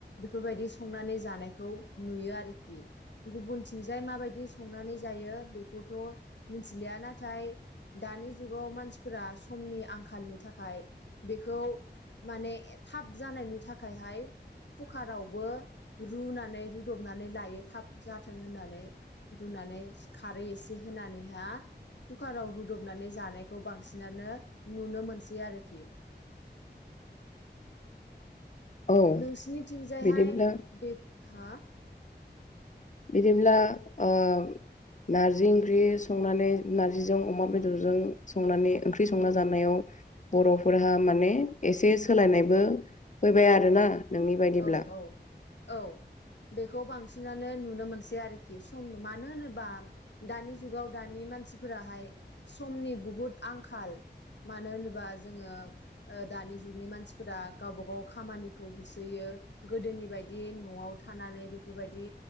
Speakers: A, on the left; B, on the left.
A: बेफोरबायदि संनानै जानायखौ नुयो आरोखि। गुबुनथिंजाय माबायदि संनानै जायो बेखौथ' मिथिलिया। नाथाय दानि जुगाव मानसिफोरा समनि आंखालनि थाखाय बेखौ माने ए थाब जानायनि थाखायहाय कुकारावबो रुनानै रुदबनानै लायो थाब जाथों होननानै। रुनानै खारै एसे होनानैहा कुकाराव रुदबनानै जानायखौ बांसिनानो नुनो मोनसै आरोखि।
B: औ
A: नोंसिनिथिंजायहाय
B: बिदिब्ला
A: बे हो
B: बिदिब्ला ओम नार्जि ओंख्रि संनानै नार्जिजों अमा बेदरजों संनानै ओंख्रि संना जानायाव बर'फोरहा माने एसे सोलायनायबो फैबाय आरोना। नोंनि बायदिब्ला
A: औ औ औ। बेखौ बांसिनानो नुनो मोनसै आरोखि। सम मानो होनोबा दानि जुगाव दानि मानसिफोराहाय समनि बुहुद आंखाल। मानो होनोबा जोङो ओ दानि जुगनि मानसिफोरा गावबा गाव खामानिखौ हो सोयो। गोदोनि बायदि न'आव थानानै बेफोरबायदि